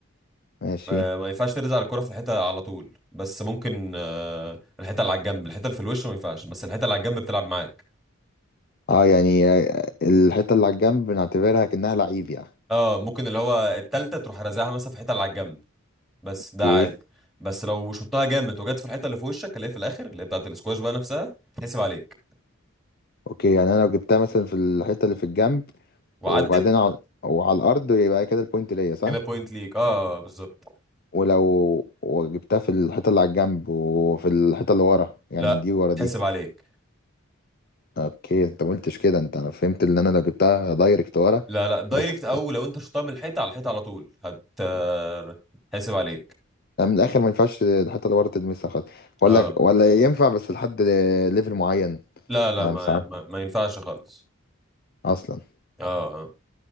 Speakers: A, on the left; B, in the centre.
A: ماشي
B: آه، ما ينفعش ترزع الكرة في الحيطة على طول بس ممكن آه، الحيطة اللي على الجنب الحيطة اللي في الوش ما ينفعش بس الحيطة اللي على الجنب بتلعب معاك
A: اه يعني آه، الحته اللي على الجنب بنعتبرها كأنها لعيب يعني
B: اه ممكن اللي هو التالتة تروح رازعها مثلا في الحيطة اللي على الجنب بس
A: اوكي
B: ده عادي بس لو شطها جامد وجت في الحيطة اللي في وشك اللي هي في الآخر اللي هي بتاعة الاسكواش بقى نفسها تحسب عليك
A: اوكي يعني انا لو جبتها مثلا في الحته اللي في الجنب
B: وعدت
A: وبعدين على وعلى الارض يبقى كده البوينت ليا صح
B: كده بوينت ليك اه بالظبط
A: ولو وجبتها في الحته اللي على الجنب وفي الحته اللي ورا يعني
B: لا
A: دي ورا دي
B: تحسب عليك
A: اوكي انت ما قلتش كده انت انا فهمت ان انا لو جبتها دايركت ورا
B: لا لا دايركت
A: بس
B: او لو انت شطها من الحيطة على الحيطة على طول هت آه، هتحسب عليك
A: يعني من الاخر ما ينفعش الحته اللي ورا تلمسها خالص ولا
B: اه
A: ولا ينفع بس لحد ليفل معين
B: لا لا
A: انا
B: ما
A: مش عارف
B: ما, ما ينفعش خالص
A: اصلا
B: اه آه.